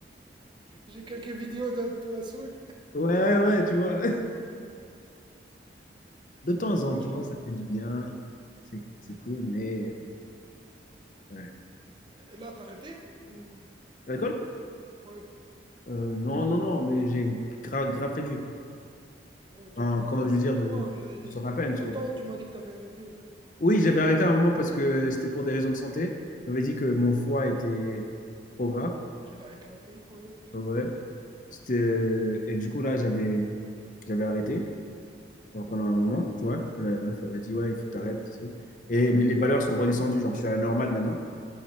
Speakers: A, on the right (about 25°); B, on the left (about 45°).
A: J'ai quelques vidéos de toi saoul.
B: Ouais, ouais, ouais, tu vois. De temps en
A: quand
B: temps,
A: je me-
B: ça fait du bien. C'est c'est cool,
A: Ouais.
B: mais ouais.
A: Et là, t'as arrêté? Ou...
B: L'alcool?
A: Ouais,
B: Euh, non, non, non, mais j'ai grave, grave réduit.
A: ouais, tu
B: Enfin,
A: m'as dit.
B: quand je veux dire, euh,
A: Ouais, il y,
B: je
A: a
B: sors
A: il
B: à peine,
A: y
B: tu
A: a un
B: vois.
A: temps où tu m'as dit que t'avais arrêté un peu.
B: Oui, j'avais arrêté à un moment parce que c'était pour des raisons de santé. On m'avait dit que mon foie était trop gras.
A: Tu l'as éclaté, ouais.
B: Ah Ouais. C'était... euh, Et du coup, là, j'avais j'avais arrêté. Donc, pendant un moment, tu vois, la, la meuf, elle a dit, ouais, il faut que tu arrêtes. Et, mais les valeurs sont redescendues. Genre, je suis à la normale maintenant.